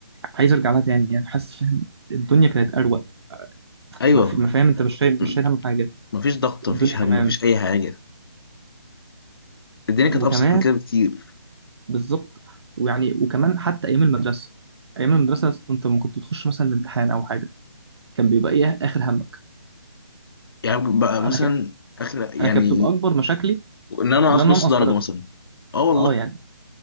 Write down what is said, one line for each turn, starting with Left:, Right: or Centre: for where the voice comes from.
Right: عايز ارجع لها تاني يعني حاسس فاهم الدنيا كانت اروق
Left: ايوه
Right: ما في- ما فاهم انت مش شايل
Left: م-
Right: مش شايل هم حاجه
Left: مفيش ضغط مفيش
Right: الدنيا
Left: هم
Right: تمام
Left: مفيش اي حاجة الدنيا كانت
Right: وكمان
Left: ابسط من كده بكتير
Right: بالظبط ويعني وكمان حتى ايام المدرسه ايام المدرسه انت لما كنت بتخش مثلا الامتحان او حاجه كان بيبقى ايه اخر همك
Left: يعني بقى
Right: انا
Left: مثلا
Right: ك...
Left: اخر يعني
Right: انا كانت بتبقى اكبر مشاكلي
Left: ان انا
Right: ان
Left: اقص
Right: انا
Left: نص
Right: انقص
Left: درجة
Right: درجه
Left: مثلا اه والله
Right: اه يعني